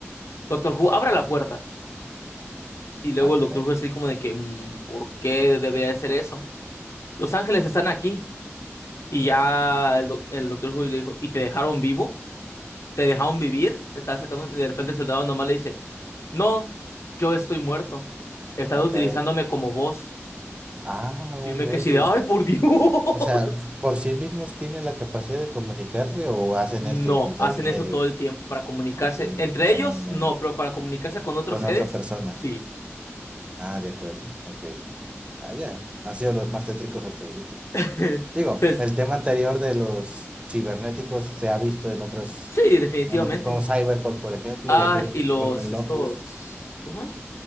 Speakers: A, on the left; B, on the right.
A: Doctor Who, abra la puerta. Y luego
B: Ah,
A: el
B: caray.
A: Doctor Who así como de que, "Mm, ¿por qué debería de ser eso? Los ángeles están aquí. Y ya el, doc- el Doctor Who le dijo, ¿y te dejaron vivo? te dejaron vivir, estás sacando, y de repente el soldado nomás le dice, no, yo estoy muerto, estaba
B: Ah,
A: utilizándome
B: caray.
A: como voz.
B: Ah,
A: Y
B: un
A: yo me
B: medio.
A: quedé así de, ay, por Dios. <laughs>
B: O sea, ¿por sí mismos tienen la capacidad de comunicarse o hacen
A: No,
B: esto, utilizar
A: hacen
B: un
A: eso
B: medio?
A: todo el tiempo para comunicarse.
B: Ok,
A: Entre
B: usan
A: ellos,
B: un medio.
A: no, pero para comunicarse con otros
B: Con
A: seres,
B: otra persona.
A: sí.
B: Ah, de acuerdo. Ok. Ah, ya. Han sido los más tétricos hasta ahorita.
A: <laughs>
B: Digo,
A: Entonces,
B: el tema anterior de los cibernéticos se ha visto en otros,
A: sí, definitivamente.
B: en otros, como Cyberpunk, por ejemplo,
A: Ah,
B: y aquellos
A: y
B: que
A: los,
B: se vuelven
A: estos,
B: locos.
A: ¿cómo se llama?